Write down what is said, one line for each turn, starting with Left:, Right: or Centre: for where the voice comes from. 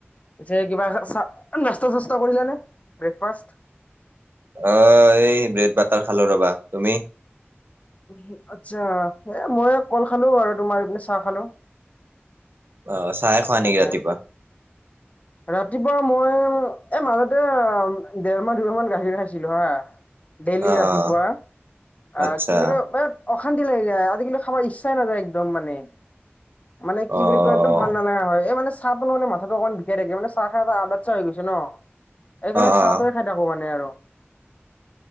Left: পিছে কিবা নাস্তা- চাস্তা কৰিলা নে ব্ৰেকফাষ্ট?
Right: অ এই ব্ৰেড বাটাৰ খালো ৰবা তুমি।
Left: উ আচ্ছা এ মই কল খালো আৰু তোমাৰ এইপিনে চাহ খালোঁ।
Right: অ', চাহে খোৱা
Left: তাকে
Right: নেকি ৰাতিপুৱা?
Left: ৰাতিপুৱা মই। এ মাজতে দেৰ মাহ দুইমাহ মান গাখীৰ খাইছিলোঁ হা। ডেইলি
Right: অ',
Left: ৰাতিপুৱা
Right: অ',
Left: আহ
Right: আচ্ছা
Left: কি বুলি কয়। অশান্তি লাগ যায় আজিকালি খাব ইচ্ছাই নাযায় একদম মানে মানে কি
Right: অ',
Left: বুলি কয় একদম ভাল না। এই মানে চাহ বান মাথাটো অকমান বিষাই থাকে মানে চাহ খাই এটা আদচ্ চাহ হৈ গৈছে ন। সেইকাৰণে
Right: অ',
Left: চাহ
Right: অ',
Left: তোৱে খাই থাকো মানে আৰু।